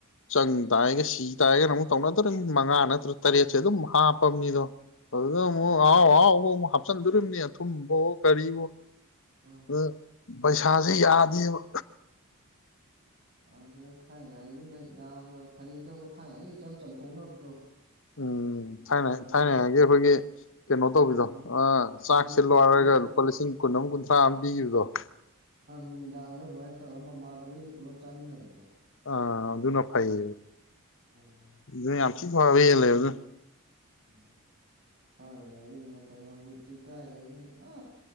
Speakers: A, on the left; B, on the right.
A: ꯆꯪ ꯇꯥꯏꯒ ꯁꯤ ꯇꯥꯏꯒꯅ ꯑꯃꯨꯛ ꯇꯧꯅꯗꯣꯔꯤ ꯃꯉꯥ ꯅꯠꯇꯔꯥ ꯇꯔꯦꯠꯁꯦ
B: ꯎꯝ
A: ꯑꯗꯨꯝ ꯍꯥꯞ <unintelligible> ꯥꯑꯗꯨꯗ ꯑꯃꯨꯛ
B: ꯑꯗꯨꯅ
A: ꯑꯍꯥꯎ - ꯑꯍꯥꯎꯕ ꯑꯃꯨꯛ ꯍꯥꯞꯆꯟꯗꯨꯔꯤꯝꯅꯤ꯫ ꯑꯊꯨꯝꯕ ꯑꯣ ꯀꯔꯤꯑꯣ
B: ꯎꯝ
A: ꯑ ꯄꯩꯁꯥꯥꯁꯦ ꯌꯥꯗꯦꯕ꯫
B: ꯑꯗꯨꯗ ꯊꯥꯏꯉꯥꯏꯒꯤꯅꯦ ꯌꯥꯝꯅ ꯐꯩꯗꯧꯕ ꯊꯥꯏꯅ ꯑꯩ ꯏꯆꯝ ꯆꯝꯊꯣꯛꯅꯕꯗꯣ
A: ꯎꯝ ꯊꯥꯏꯅ
B: ꯑꯗꯨꯗ
A: ꯊꯥꯏꯅ ꯉꯩꯒꯤ ꯑꯩꯈꯣꯏꯒꯤ ꯀꯩꯅꯣ ꯇꯧꯕꯤꯗꯣ
B: ꯎꯝ
A: ꯆꯥꯛꯁꯦ
B: ꯅꯨꯃꯤꯠ
A: ꯂꯣꯏꯔꯒ
B: ꯅꯨꯃꯤꯠ
A: ꯂꯨꯄꯥ ꯂꯤꯁꯤꯡ ꯀꯨꯟ ꯑꯃ ꯀꯨꯟ <unintelligible>
B: ꯅꯨꯃꯤꯗꯥꯡꯗ ꯑꯗꯨꯃꯥꯏ ꯇꯧꯔ ꯃꯃꯥꯟꯅꯕꯤꯁꯦ ꯄꯨꯂꯞ ꯆꯥꯃꯤꯟꯅꯕꯗꯣ
A: ꯑ ꯑꯗꯨꯅ ꯐꯌꯦ
B: ꯎꯝ
A: ꯑꯗꯨ ꯌꯥꯝ ꯊꯤ ꯐꯕ ꯍꯦꯜ ꯂꯦ ꯑꯗꯨꯅ꯫
B: ꯎꯝ ꯊꯥꯅꯉꯥꯏꯒꯤ ꯐꯩ ꯍꯧꯖꯤꯛꯇꯤ ꯀꯥꯏꯗꯒꯤ ꯑ